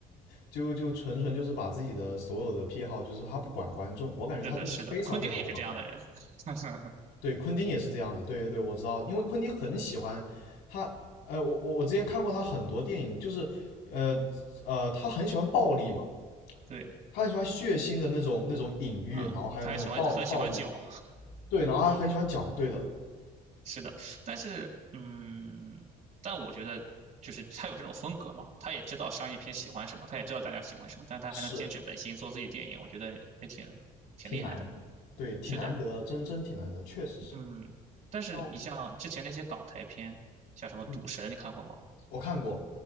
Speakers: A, on the left; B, on the right.
A: 就就就纯纯就是把自己的所有的癖好，就是他不管观众，我感觉他就是非常非常不管观众。
B: 是的，是的，昆汀也是这样的人。<laughs>
A: 对，昆汀也是这样的，对对对，我知道，因为昆汀很喜欢他，呃，我我我之前看过他很多电影，就是呃呃，他很喜欢暴力嘛。
B: 对，
A: 他很喜欢血腥的那种那种隐喻，
B: 嗯，
A: 然后还有那种暴暴力，
B: 他还喜欢很喜欢脚，
A: 对，然后还很喜欢搅，对的，
B: <laughs> 是的，但是嗯，但我觉得就是他有这种风格嘛，他也知道商业片喜欢什么，他也知道大家喜欢什么，但是他还能坚持本心做自己的电影，
A: 是
B: 我觉得也挺挺厉害的。
A: 挺难，对，挺难得的，
B: 是的，
A: 真真挺难得，确实是。
B: 嗯，但是你像之前那些港台片，
A: 像
B: 像什么《赌神》，
A: 嗯，
B: 你看过吗？
A: 我看过